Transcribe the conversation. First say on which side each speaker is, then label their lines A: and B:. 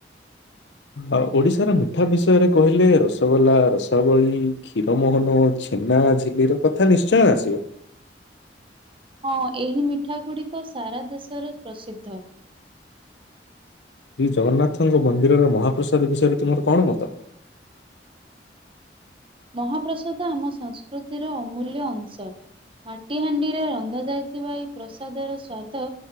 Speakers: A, on the left; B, on the right.
A: ଆ, ଓଡିଶାର ମିଠା ବିଷୟରେ କହିଲେ ରସଗୋଲା, ରସାବଳୀ, କ୍ଷୀର ମୋହନ ଛେ ଛେନା ଝିଲିର କଥା ନିଶ୍ଚୟ ଆସିବ।
B: ହଁ ଏହି ମିଠା ଗୁଡିକ ସାରା ଦେଶରେ ପ୍ରସିଦ୍ଧ।
A: ଶ୍ରୀ ଜଗନ୍ନାଥଙ୍କ ମନ୍ଦିରର ମହାପ୍ରସାଦ ବିଷୟରେ ତୁମର କଣ ମତ?
B: ମହାପ୍ରସାଦ ଆମ ସଂସ୍କୃତିର ଅମୂଲ୍ୟ ଅଂଶ। ମାଟି ହାଣ୍ଡିରେ ରନ୍ଧା ଯାଇଥିବା ଏଇ ପ୍ରସାଦର ସ୍ଵାଦ